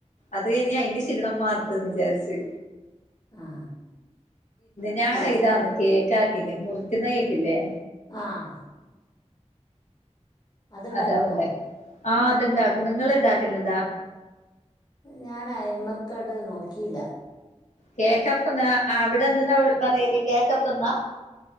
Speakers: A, on the left; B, on the left.
A: അതുകഴിഞ്ഞ് അയിന്റെ ഷീണം മാറട്ടേന്ന് വിചാരിച്ചു
B: ആ.
A: ഞാ ഇതാന്ന് കേക്കആക്കിന്ന് മുറിക്ക്ന്ന കേക്കില്ലേ
B: ആഹ അതുണ്ടാക്കുവോ
A: അതാവുള്ളേ. ആഹ് അത്ണ്ടാക്കും നിങ്ങള് ഇണ്ടാക്കല്ണ്ടാ
B: ഞാൻ എമ്മക്കാട് നോക്കിയില്ല
A: കേക്കപ്പന്ന അവിടെ എന്ന്നാ പറയല് കേക്കപ്പന്നാ